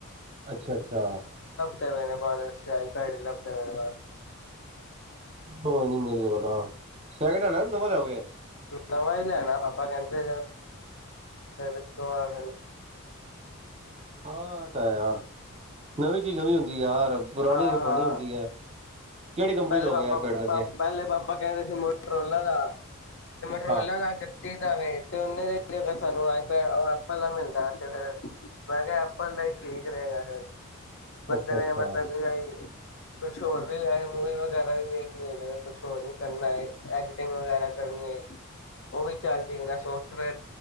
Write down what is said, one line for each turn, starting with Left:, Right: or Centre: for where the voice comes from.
Right: ਅੱਛਾ ਅੱਛਾ
Left: ਪੇ ਬਦ ਸਿਆਈ ਲੱਭਦੇ ਬਸ
Right: ਕੋਈ ਮਿਲ ਜਾਏਗਾ ਸੈਕਿੰਡ ਹੈਂਡ ਕਿ ਨਵਾਂ ਲਿਆਓਗੇ
Left: ਨਵਾਂ ਹੀ ਲੈਣਾ ਪਾਪਾ ਕਹਿੰਦੇ ਇਕੋ ਵਾਰ
Right: ਹਾਂ ਇਹ ਤਾਂ ਯਾਰ ਨਵੀਂ ਚੀਜ਼ ਨਵੀਂ ਹੁੰਦੀ ਯਾਰ ਪੁਰਾਣੀ
Left: ਹਾਂ
Right: ਫੇਰ
Left: ਹਾਂ
Right: ਪੁਰਾਣੀ ਹੁੰਦੀ ਹੈ ਕਿਹੜੀ ਕੰਪਨੀ
Left: ਪਹਿਲੇ
Right: ਲੋਗੇ ਆਈਪੈਡ ਵੈਸੇ?
Left: ਪਾਪਾ ਕਹਿੰਦੇ ਸੀ ਮਟਰੋਲਾ ਦਾ ਤੇ ਮਟਰੋਲਾ
Right: ਅੱਛਾ,
Left: ਦਾਵੇ ਤੇ ਉਹਨੇ ਦੇ ਸਾਨੂੰ ਅੱਜ ਐਪਲ ਦਾ ਮਿਲਦਾ ਤੇ ਫਿਰ ਮੈਂ ਕਿਹਾ ਐਪਲ ਠੀਕ ਰਹੇਗਾ ਫੇਰ ਬੰਦੇ
Right: ਅੱਛਾ-ਅੱਛਾ।
Left: ਨੇ ਮਤਲਬ ਕਿ ਭਈ ਕੁਛ ਹੋਰ ਮੂਵੀ ਵਗੈਰਾ ਵੀ ਦੇਖਣੀ ਹੈ ਜਗ ਕੁਛ ਹੋਰ ਵੀ ਕਰਨਾ ਹੈ ਟਿੰਗ ਵਗੈਰਾ ਕਰਨੀ ਹੈ ਉਹ ਵੀ ਚੱਲਦੀ ਕਿ ਸੋਫਟਵੇਅਰ